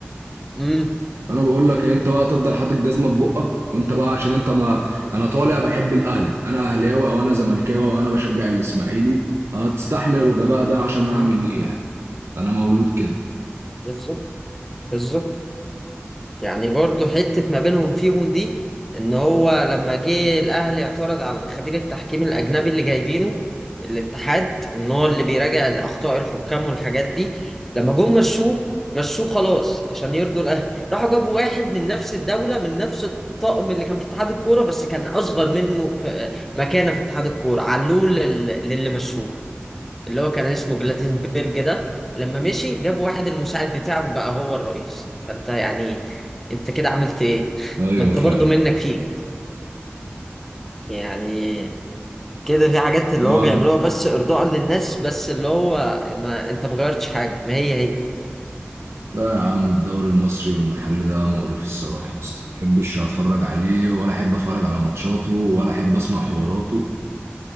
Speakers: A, in the centre; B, on the right (about 80°).
A: مم.
B: انا بقول لك انت بقى تفضل حاطط جزمه في بقك
A: قول قول
B: وانت بقى عشان انت ما انا طالع بحب الاهلي انا اهلاوي او انا زملكاوي او انا بشجع الاسماعيلي هتستحمل الغباء ده عشان اعمل
A: مم.
B: ايه يعني؟ انا مولود كده
A: بالظبط بالظبط يعني برضو حتة ما بينهم فيهم دي ان هو لما جه الاهلي اعترض على خبير التحكيم الاجنبي اللي جايبينه الاتحاد وان هو اللي بيراجع الاخطاء الحكام والحاجات دي لما جم مشوه مشوه خلاص عشان يرضوا الاهلي راحوا جابوا واحد من نفس الدولة من نفس الطقم اللي كان في اتحاد الكورة بس كان اصغر منه في مكانة في اتحاد الكورة علوه لل- للي مشوه اللي هو كان اسمه جلاتينبرج ده لما مشي جاب واحد المساعد بتاعه بقى هو الرئيس فانت يعني انت كده عملت ايه
B: ايوه
A: ما انت
B: فعلا
A: برضو منك فيك يعني كده في حاجات اللي
B: هو
A: هو بيعملوها بس ارضاء للناس بس اللي هو ما انت ما غيرتش حاجه ما هي هي
B: لا يا عم الدوري المصري والمحلي ده مقرف الصراحه اصلا ما احبش اتفرج عليه ولا احب اتفرج على ماتشاته ولا احب اسمع حواراته